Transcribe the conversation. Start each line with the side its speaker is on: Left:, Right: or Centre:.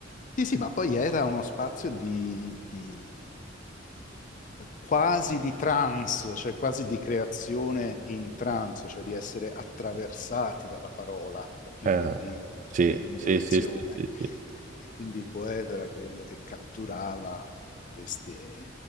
Left: sì, sì, ma poi era uno spazio di, di quasi di trance, cioè quasi di creazione in trance, cioè di essere attraversati dalla parola più
Right: eh,
Left: che di
Right: sì,
Left: invenzione.
Right: sì, sì, sì, sì, sì.
Left: E quindi il poeta era quello che catturava queste,